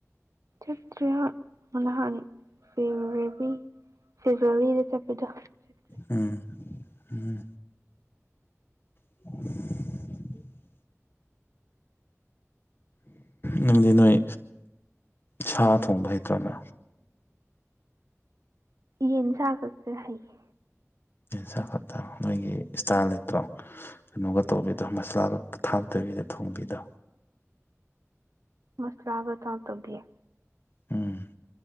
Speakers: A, on the right (about 85°); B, on the left (about 40°).
A: ꯆꯠꯇ꯭ꯔ ꯅꯍꯥꯟ ꯐꯔꯤ ꯐꯦꯕꯋꯥꯔꯤꯗ ꯆꯠꯄꯗꯣ ꯆꯠꯇ꯭ꯔꯦ
B: ꯎꯝ ꯎꯝ <unintelligible> ꯅꯪꯗꯤ ꯅꯣꯏ ꯁꯥ ꯊꯣꯡꯕ ꯍꯩꯇ꯭ꯔꯕꯣ
A: ꯌꯦꯟ ꯁꯥ ꯈꯛꯇ ꯍꯩꯌꯦ
B: ꯁꯥ ꯈꯠꯇ ꯅꯣꯏꯒꯤ ꯏꯁꯇꯥꯏꯜ ꯂꯩꯇ꯭ꯔꯣ ꯀꯩꯅꯣꯒ ꯇꯧꯕꯤꯗꯣ ꯃꯁꯂꯥꯒ ꯊꯥꯛꯇꯕꯤꯗ ꯊꯣꯡꯕꯤꯗꯣ
A: ꯃꯁꯂꯥꯒ ꯊꯥꯎ ꯇꯧꯕꯤꯌꯦ
B: ꯎꯝ